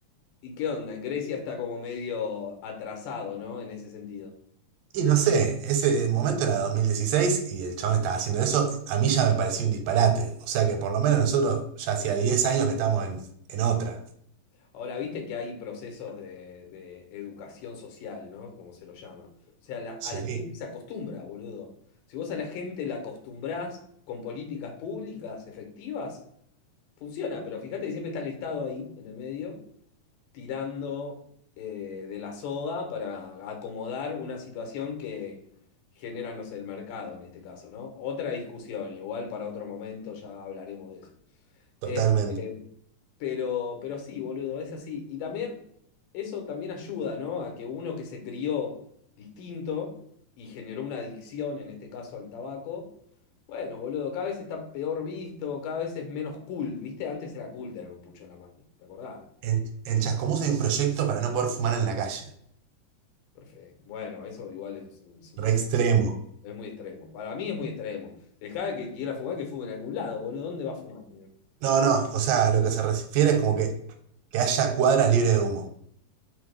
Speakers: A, on the left; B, on the right.
A: ¿Y qué onda? Grecia está como medio atrasado, ¿no? En ese sentido.
B: Y no sé, ese momento era 2016 y el chabón estaba haciendo eso, a mí ya me parecía un disparate. O sea que por lo menos nosotros ya hacía 10 años que estamos en, en otra.
A: Ahora, viste que hay procesos de, de educación social, ¿no? Como se lo llama. O sea, la- a
B: Sí,
A: la gente se acostumbra, boludo. Si vos a la gente la acostumbrás con políticas públicas efectivas, funciona, pero fíjate que siempre está el Estado ahí, en el medio. tirando eh, de la soga para acomodar una situación que genera, no sé, el mercado en este caso, ¿no? Otra discusión, igual para otro momento ya hablaremos de eso.
B: totalmente.
A: Este, pero, pero sí, boludo, es así. Y también eso también ayuda, ¿no? A que uno que se crió distinto y generó una adicción, en este caso al tabaco, bueno, boludo, cada vez está peor visto, cada vez es menos cool, ¿viste? Antes era cool tener un pucho en la mano, ¿te acordás?
B: En, en Chascomús hay un proyecto para no poder fumar en la calle.
A: Perfecto. Bueno, eso igual es, un es un montón.
B: Re extremo.
A: Es muy extremo. Para mí es muy extremo. Dejá que quiera fumar, que fume en algún lado, boludo. ¿Dónde va a fumar, tío?
B: No, no, o sea, lo que se refiere es como que, que haya cuadras libres de humo.